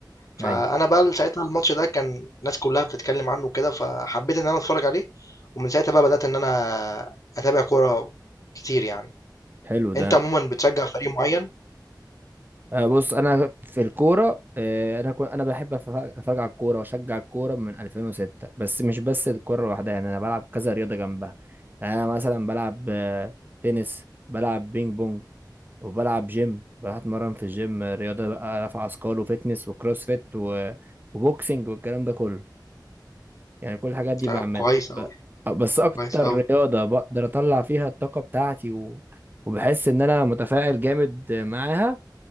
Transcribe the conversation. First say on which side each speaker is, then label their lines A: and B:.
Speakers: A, on the left; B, on the right.
A: فانا
B: ايوه
A: بقى ساعتها الماتش ده كان الناس كلها بتتكلم عنه كده فحبيت ان انا اتفرج عليه ومن ساعتها بقى بدأت ان انا اتابع كورة كتير يعني
B: حلو ده
A: انت عموما بتشجع فريق معين
B: آه، بص انا في الكوره آه، انا كنت انا بحب أتف- اتفرج على الكوره واشجع الكوره من 2006 بس مش بس الكوره لوحدها يعني انا بلعب كذا رياضه جنبها يعني انا مثلا بلعب آه، تنس بلعب بينج بونج وبلعب جيم بروح اتمرن في الجيم آه، رياضه بقى رفع اثقال وفتنس وكروس فيت و- وبوكسنج والكلام ده كله يعني كل الحاجات دي
A: طب
B: بعملها
A: كويس
B: ب-
A: قوي
B: آه، بس اكتر
A: كويس قوي
B: رياضه بقدر اطلع فيها الطاقه بتاعتي و... وبحس ان انا متفاعل جامد معاها